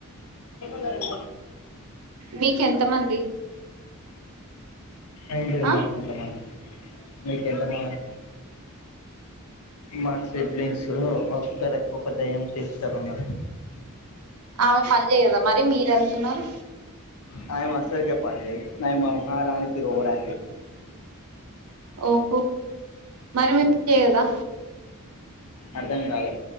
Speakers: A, on the left; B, on the right.
A: చేస్తది
B: మీకు ఎంత మంది
A: ఏంటి
B: ఆ
A: మా ఎంతమంది మీకు ఎంత మంది మా స్డ్లింగ్స్ ఒక్క ఒక దయ్యం చేస్తాను ఉన్నారు
B: ఆమె పని చేయదా మరి మీరు వెళ్తున్నారు
A: నాయమవస్తదిగ పన్ చేయదు నయ మా మహారాణి తిరు రా
B: ఓహో మరి మీర్ చేయదా
A: అర్థం కాలె